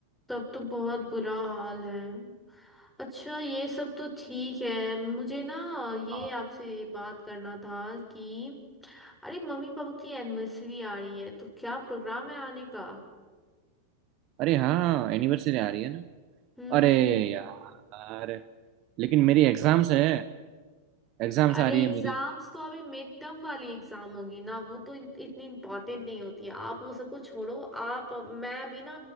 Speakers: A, in the centre; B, on the right.
A: तब तो बहुत बुरा हाल है अच्छा ये सब तो ठीक है मुझे ना ये
B: हाँ।
A: आपसे बात करना था कि अरे मम्मी पापा की एनिवर्सरी आ रही है तो क्या प्रोग्राम है आने का
B: अरे हाँ एनिवर्सरी आ रही है ना
A: हम्म
B: अरे यार लेकिन मेरी एग्जाम्स है एग्जाम्स
A: अरे
B: आ रही
A: एग्जाम्स
B: है मेरी
A: तो अभी मिड टर्म वाली एग्जाम होगी ना वो तो इत- इतनी इम्पोर्टेंट नहीं होती है आप वो सबको छोड़ो आप मैं अभी ना